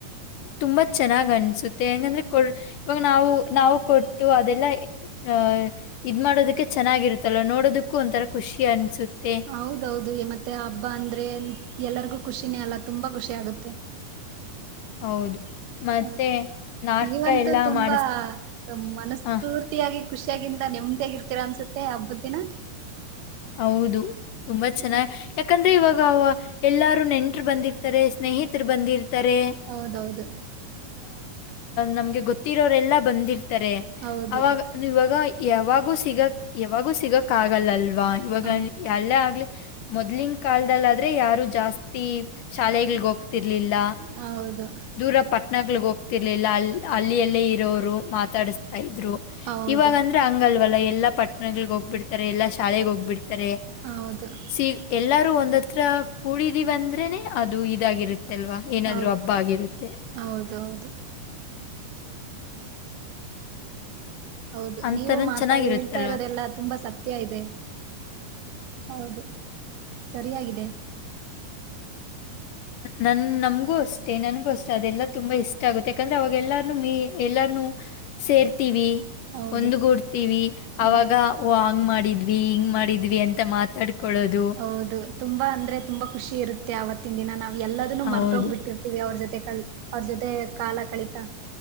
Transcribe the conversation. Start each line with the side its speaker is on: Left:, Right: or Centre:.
Left: ತುಂಬಾ ಚೆನ್ನಾಗ್ ಅನ್ಸುತ್ತೆ ಹೆಂಗಂದ್ರೆ ಕೊ ಇವಾಗ ನಾವು ನಾವು ಕೊಟ್ಟು ಅದೆಲ್ಲ ಇ ಇದ ಮಾಡೋದಕ್ಕೆ ಚೆನ್ನಾಗಿರುತ್ತಲ್ಲ ನೋಡೋದಕ್ಕೂ ಒಂಥರ ಖುಷಿ ಅನಿಸುತ್ತೆ
Right: ಹೌದೌದು ಮತ್ತೆ ಹಬ್ಬ ಅಂದ್ರೆ ಎಲ್ಲರಿಗೂ ಖುಷಿನೇ ಅಲ್ಲ ತುಂಬಾ ಖುಷಿ ಆಗುತ್ತೆ
Left: ಹೌದು ಮತ್ತೆ
Right: ಹೌದು
Left: ನಾಟಕ
Right: ನೀವಂತೂ
Left: ಎಲ್ಲ
Right: ತುಂಬಾ
Left: ಮಾಡಿಸ್
Right: ಮನಸ್ಪೂರ್ತಿ
Left: ಆ
Right: ಹ್ಯಾಪಿ ಯಾಗಿ ಖುಷಿಯಾಗಿಂತ ನೆಮ್ಮದಿಯಾಗಿರ್ತೀರ ಅನ್ಸುತ್ತೆ ಹಬ್ಬದ ದಿನ
Left: ಹೌದು ತುಂಬಾ
Right: ಹ್ಮ್.
Left: ಚೆನ್ನಾಗಿ ಯಾಕಂದ್ರೆ ಇವಾಗ ಎಲ್ಲಾರೂ ನೆಂಟರು ಬಂದಿರ್ತಾರೆ ಸ್ನೇಹಿತರು ಬಂದಿರ್ತಾರೆ
Right: ಹೌದೌದು
Left: ನಮ್ಗೆ ಗೊತ್ತಿರೋರೆಲ್ಲಾ ಬಂದಿರ್ತಾರೆ
Right: ಹೌದು
Left: ಅವಾಗ ಇವಾಗ ಯಾವಾಗೂ ಸಿಗಕ್ ಯಾವಾಗೂ ಸಿಗಕ್ ಆಗಲ್ಲ ಅಲ್ವಾ ಇವಾಗ
Right: ಹೌದು
Left: ಎಲ್ಲ ಆಗ್ಲಿ ಮೊದ್ಲಿನ ಕಾಲದಲ್ಲ ಆದ್ರೆ ಯಾರು ಜಾಸ್ತಿ ಶಾಲೆಗಳಗ ಹೋಗ್ತಿರ್ಲಿಲ್ಲ
Right: ಹೌದು
Left: ದೂರ ಪಟ್ನಗಳಿಗೆ ಹೋಗ್ತಿರ್ಲಿಲ್ಲ ಅಲ್ಲಿ ಅಲ್ಲಿ ಎಲ್ಲೇ ರರು ಮಾತಾಡಿಸ್ತಾ ಇದ್ರು
Right: ಹೌದು
Left: ಇವಾಗ ಅದ್ರ ಹಂಗಲ್ವಲ್ಲ ಎಲ್ಲಾ ಪಟ್ಟಣಗಳ ಹೋಗ್ಬಿಡ್ತಾರೆ ಎಲ್ಲಾ ಶಾಲೆಗೆ ಹೋಗ್ಬಿಡ್ತಾರೆ
Right: ಹೌದು
Left: ಸಿ ಎಲ್ಲಾರೂ ಒಂದ್ ಹತ್ರ ಕೂಡಿದೀವಿ ಅಂದ್ರೆನೆ ಅದು ಇದಾಗಿರುತ್ತೆಲ್ವಾ ಏನಾದ್ರೂ
Right: ಹೌದು
Left: ಹಬ್ಬ ಬಾಗಿರುತ್ತೆ
Right: ಹೌದೌದು ಹೌದು
Left: ಅಂತಾನು
Right: ನೀವು ಮಾತಾ
Left: ಚೆನ್ನಾಗಿರುತ್ತಲ್ವಾ
Right: ಹೇಳ್ತಾ ಇರೋದೆಲ್ಲ ತುಂಬಾ ಸತ್ಯ ಇದೆ ಹೌದು ಸರಿಯಾಗಿದೆ
Left: ನನ್ ನಮ್ಗೂ ಅಷ್ಟೇ ನನ್ಗೂ ಅಷ್ಟೆ ಅದೆಲ್ಲಾ ತುಂಬಾ ಇಷ್ಟ ಆಗುತ್ತೆ ಯಾಕಂದ್ರೆ ಅವಾಗೆಲ್ಲ ಎಲ್ಲಾರ್ ಸೇರ್ತವಿ
Right: ಹೌದು
Left: ಒಂದಗೂಡ್ತೀವಿ ಅವಾಗ
Right: ಹೌದು
Left: ಓ ಹಂಗ್ ಮಾಡಿದ್ವಿ ಹಿಂಗ್ ಮಾಡಿದ್ವಿ ಅಂತ ಮಾತಾಡ್ಕೊಳ್ಳೋದು
Right: ಹೌದು ತುಂಬಾ ಅಂದ್ರೆ ತುಂಬಾ ಖುಷಿ ಇರುತ್ತೆ ಆ ಅವತ್ತು ಇತ್ತಿನ ದಿನ ನಾವ್ ಎಲ್ಲದನ್ನು
Left: ಹೌದು
Right: ಮರ್ತೋಗ್ಬಿಟ್ಟಿರ್ತಿವಿ ಅವ್ರ ಜೊತೆ ಕ ಅವ್ರ ಜೊತೆ ಕಾಲ ಕಳಿತಾ